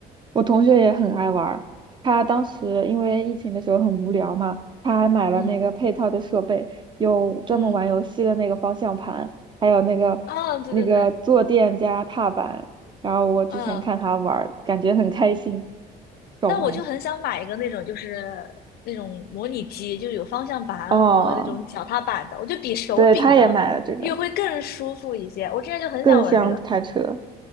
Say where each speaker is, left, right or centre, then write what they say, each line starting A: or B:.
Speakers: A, on the right; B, on the left.
A: 我同学也很爱玩儿，他当时因为疫情的时候很无聊嘛，他还买了那个配套的设备，
B: 嗯
A: 有专门玩游戏的那个方向盘，
B: 嗯。
A: 还有那个那个坐垫加踏板。
B: 嗯，对对对，
A: 然后我之前看他玩儿，
B: 嗯，
A: 感觉很开心，爽玩。
B: 但我就很想买一个那种，就是那种模拟机，就有方向盘和那种脚踏板的，
A: 哦，
B: 我就比手柄的又会更舒服一些。
A: 对，他也买了这个，
B: 我之前就很想玩这个，
A: 更像开车。